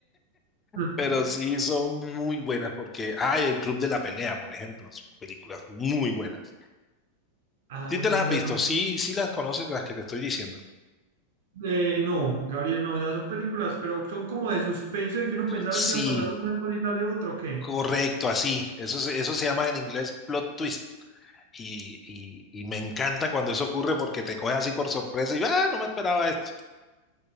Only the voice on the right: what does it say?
Mm.
Ah,
o sea,
son-
eh, no, Gabriel, no, ya son películas, pero son como de suspenso y que uno pensaba
que iba a pasar alguna cosa y sale otra, ¿o qué?